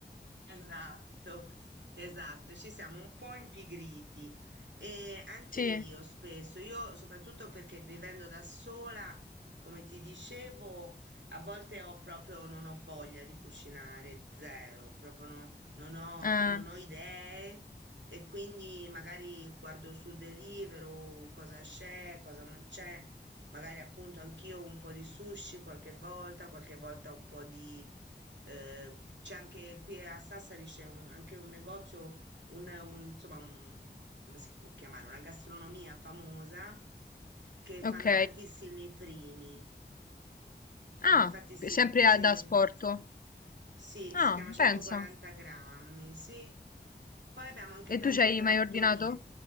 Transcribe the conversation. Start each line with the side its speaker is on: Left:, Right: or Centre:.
Right: Esatto, esatto, ci siamo un po' impigriti e anche
Left: Sì,
Right: io spesso, io soprattutto perché vivendo da sola, come ti dicevo, a volte ho proprio, non ho voglia di cucinare, zero, proprio no- non ho,
Left: ah,
Right: non ho idee e quindi magari guardo su Deliveroo cosa c'è, cosa non c'è, magari appunto anch'io un po' di sushi qualche volta, qualche volta un po' di eh, c'è anche qui a Sassari c'è un- anche un negozio, un, un- insomma, un- come si può chiamare? Una gastronomia famosa che
Left: ok.
Right: fanno tantissimi primi. E Infatti,
Left: Ah,
Right: sì,
Left: sempre
Right: sì.
Left: a- da asporto.
Right: Sì,
Left: Ah,
Right: si chiama 140
Left: pensa.
Right: grammi, sì. Poi abbiamo anche
Left: E
Right: tante
Left: tu ci hai
Right: trattorie.
Left: mai ordinato?